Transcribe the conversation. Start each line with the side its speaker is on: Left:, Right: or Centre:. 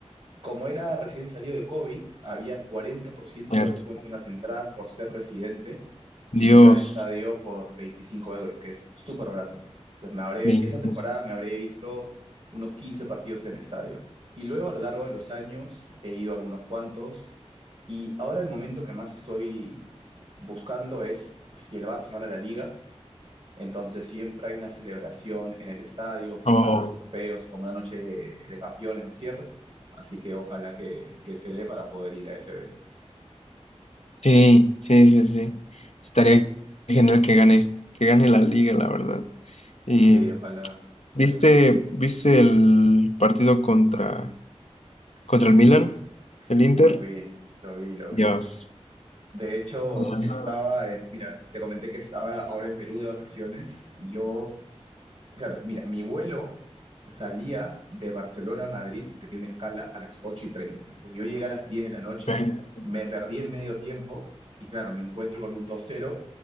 Right: Como era recién salido de COVID, había 40%
Left: Cierto.
Right: de descuento en las entradas por ser residente
Left: Dios,
Right: y me iba al estadio por 25 euros, que es súper barato. Entonces me habré,
Left: bendito.
Right: esa temporada me habré visto unos 15 partidos en estadio. Y luego a lo largo de los años he ido a algunos cuantos y ahora el momento que más estoy buscando es si el Barça gana la Liga entonces siempre hay una celebración en el estadio, presentando
Left: Oh,
Right: los trofeos y como una noche de campeones de cierre. Así que ojalá que, que se dé para poder ir a ese evento.
Left: Sí, sí, sí, sí. Estaría genial que gane, que gane la liga, la verdad. Y
Right: Sí, ojalá.
Left: ¿viste, viste el partido contra, contra
Right: Sí,
Left: el Milan?
Right: sí,
Left: ¿El Inter?
Right: lo vi, lo vi, lo
Left: Dios.
Right: vi. De hecho,
Left: Ajá.
Right: estaba en, mira, te comenté que estaba ahora en Perú de vacaciones. Yo Claro, mira, mi vuelo salía de Barcelona a Madrid, porque tiene una escala, a las 8 y 30. Entonces yo llegué a las 10 de la noche,
Left: Ok.
Right: me perdí el medio tiempo y claro, me encuentro con un 2-0,